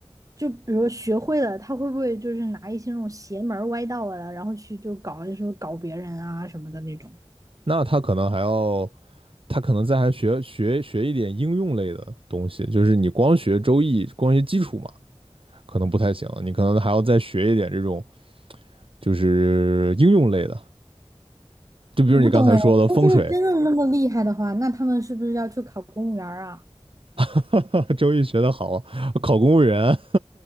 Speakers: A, on the right; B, on the right.
A: 就比如学会了，他会不会就是拿一些那种邪门儿歪道啊，然后去就搞就是搞别人啊什么的那种？
B: 那他可能还要，他可能再还学学学一点应用类的东西，就是你光学周易，光学基础嘛，可能不太行，你可能还要再学一点这种，就是应用类的，就比如你刚才说的风水。
A: 我不懂哎，说这个真的那么厉害的话，那他们是不是要去考公务员儿啊？
B: <laughs> 周易学得好，考公务员，